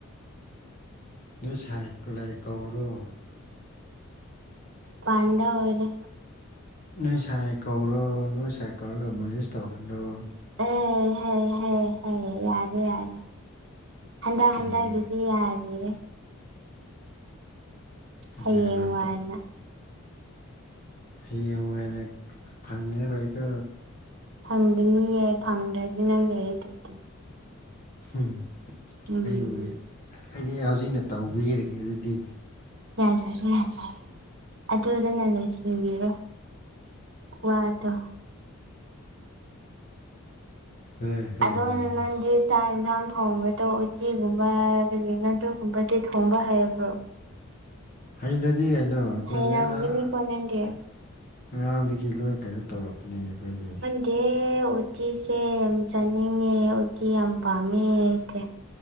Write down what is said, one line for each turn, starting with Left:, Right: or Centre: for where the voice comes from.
Left: ꯅꯣꯏ ꯁꯥꯏꯂꯥꯏ ꯀꯧꯔꯣ
Right: ꯄꯥꯟꯗ ꯑꯣꯔ
Left: ꯅꯣꯏ ꯁꯥꯏ ꯀꯧꯔꯣ ꯅꯣꯏ ꯁꯥꯏ ꯀꯧꯔꯒ ꯃꯣꯂꯤꯁ ꯇꯧꯍꯜꯂꯣ
Right: ꯑꯦ ꯍ ꯌꯥꯅꯤ ꯌꯥꯅꯤ ꯍꯟꯗꯛ
Left: ꯀꯩꯒꯤ
Right: ꯍꯟꯗꯛꯀꯤꯗꯤ ꯌꯥꯔꯤꯌꯦꯦ
Left: ꯀꯅꯥ
Right: ꯍꯌꯦꯡ
Left: ꯀꯅꯥ
Right: ꯋꯥꯏꯅ
Left: ꯇꯁ ꯍꯤꯡꯉ ꯍꯥꯏꯅ ꯐꯪꯉꯔꯣꯏꯀꯣ
Right: ꯐꯪꯒꯅꯤꯌꯦ ꯐꯪꯗ꯭ꯔꯗꯅ ꯂꯩ ꯑꯗꯨꯗꯤ
Left: ꯎꯝ
Right: ꯎꯝ
Left: ꯑꯩꯕꯨ ꯑꯩꯗꯤ ꯍꯧꯖꯤꯛꯅ ꯇꯧꯕꯤꯔꯒꯦ ꯑꯗꯨꯗꯤ
Right: ꯌꯥꯖꯔꯦ ꯌꯥꯖꯔꯦ ꯑꯗꯨꯗꯅ ꯂꯁꯤꯕꯤꯔꯣ ꯋꯥ ꯇ
Left: ꯍꯣꯏ ꯍꯣꯏ
Right: ꯑꯗꯣ
Left: ꯍꯣꯏ ꯍꯣꯏ
Right: ꯆꯥꯛ ꯌꯦꯟꯁꯥꯡ ꯊꯣꯡꯕꯗꯣ ꯎꯇꯤꯒꯨꯝꯕ ꯑꯗꯒꯤ ꯉꯥꯗꯨꯨꯒꯨꯝꯕꯗꯤ ꯊꯣꯡꯕ ꯍꯩꯕ꯭ꯔꯣ
Left: ꯍꯩꯔꯗꯤ ꯀꯩꯅꯣ ꯑꯩꯈꯣꯏꯗꯤ
Right: ꯍꯩꯔꯝꯒꯅꯤ
Left: ꯑꯥ
Right: ꯀꯣꯟ ꯅꯗꯦ
Left: ꯑꯉꯥꯡꯗꯒꯤ ꯂꯣꯏ ꯀꯩꯅꯣ ꯇꯧꯔꯛꯄꯅꯦ ꯑꯩꯈꯣꯏꯗꯤ
Right: ꯑ ꯗꯦ ꯎꯇꯤꯁꯦ ꯌꯥꯝ ꯆꯥꯅꯤꯡꯉꯦ ꯎꯇꯤ ꯌꯥꯝ ꯄꯥꯝꯃꯦ ꯑꯇꯦ